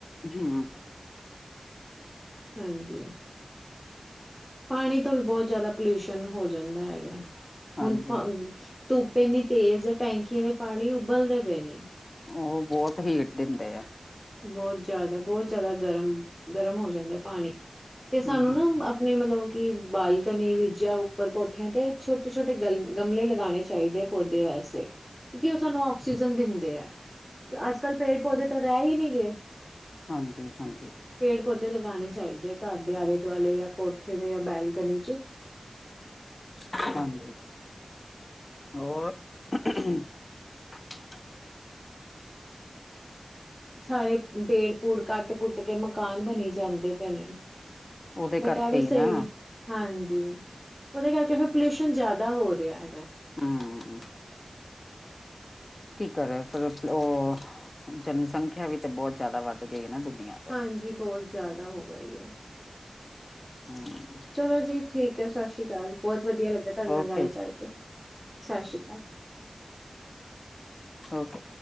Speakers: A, on the left; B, on the left.
A: ਹਮ
B: ਹੂੰ। ਪਾਣੀ ਤੋਂ ਵੀ ਬੋਤ ਜ਼ਾਦਾ ਪੋਲਿਊਸ਼ਨ ਹੋ ਜਾਂਦਾ ਹੈਗਾ।
A: ਹਾਂਜੀ
B: ਹੁਣ ਪਣ ਧੁੱਪ ਇੰਨੀ ਤੇਜ਼ ਏ। ਟੈਂਕੀਆਂ ਦੇ ਪਾਣੀ ਉਬਲਦੇ ਪਏ ਨੇ।
A: ਉਹ ਬਹੁਤ ਹੀਟ ਦਿੰਦੇ ਆ।
B: ਬੋਤ ਜਾਦਾ- ਬੋਤ ਜਾਦਾ- ਗਰਮ। ਗਰਮ ਹੋ ਜਾਂਦਾ ਪਾਣੀ। ਤੇ
A: ਹਮ
B: ਸਾਨੂੰ
A: ਹਮ
B: ਨਾ ਆਪਣੇ ਮਲਬ ਕੀ ਬਾਲਕਨੀ <unintelligible> ਉੱਪਰ ਕੋਠਿਆਂ ਤੇ, ਛੋਟੇ ਛੋਟੇ <unintelligible> ਗਮਲੇ ਲਗਾਣੇ ਚਾਹੀਦੇ। ਪੌਦੇ ਵਾਸਤੇ, ਕਿਉਂਕਿ ਉਹ ਸਾਨੂੰ ਆਕਸੀਜਨ ਦਿੰਦੇ ਆ। ਅੱਜ ਕੱਲ ਪੇੜ ਪੌਦੇ ਤਾਂ ਰੈ ਈ ਨੀ <unintelligible>
A: ਹਾਂਜੀ-ਹਾਂਜੀ।
B: ਪੇੜ ਪੌਦੇ ਲਗਾਨੇ ਚਾਈਦੇ ਘਾਰ ਦੇ ਆਲੇ-ਦੁਆਲੇ ਯਾ ਕੋਠੇ ਦੇ ਯਾ ਬੈਲਕਨੀ 'ਚ।
A: ਹਾਂਜੀ, ਹੋਰ <unintelligible>
B: ਸਾਰੇ, ਪੇੜ ਪੂੜ ਕਾਟ ਕੁੱਟ ਕੇ ਮਕਾਨ ਬਣੀ ਜਾਂਦੇ ਪਏ ਨੇ।
A: ਉਹਦੇ
B: ਬਟ
A: ਕਰਕੇ
B: ਆਵੀ ਸਈ
A: ਹੀ ਨਾ
B: ਵੇ, ਹਾਂਜੀ, ਓੱਦੇ ਕਰਕੇ ਫੇਰ ਪਲਿਊਸ਼ਨ ਜਾਦਾ ਦਾ ਹੋ ਰਏਆ
A: ਹੂੰ। ਕੀ ਕਰੇ ਫੇਰ, <unintelligible> ਓ ਜਨਸੰਖੇਆ ਵੀ ਤੇ ਬੋ ਜਾਦਾ ਵਾਧ ਗਈ ਏ ਨਾ ਦੁਨੀਆਂ ਤੇ
B: ਹਾਂਜੀ, ਬੋਤ ਜਾ ਦਾ ਹੋ ਗਈ ਐ।
A: ਹਮ
B: ਚਲੋ ਜੀ ਠੀਕ ਐ ਸਾਸ਼ੀ ਕਾਲ, ਬੋਤ ਵਦੀਆ ਲੱਗਾ ਤੋਡੇ
A: ਓਕੇ
B: ਨਾਲ ਗਾੱਲ
A: ਜੀ
B: ਕਾਰਕੇ। ਸਾਸ਼ੀ ਕਾਲ।
A: ਓਕੇ।